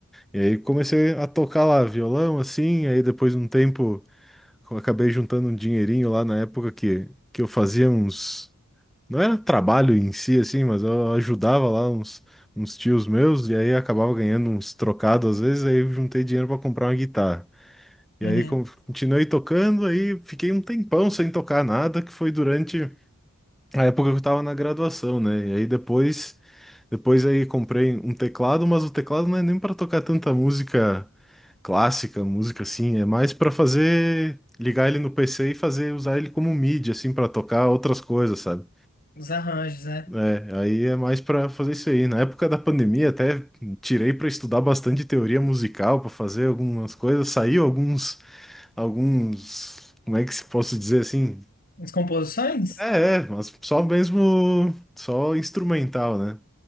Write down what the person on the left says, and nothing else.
Uhum.
Os arranjos, né?
As composições?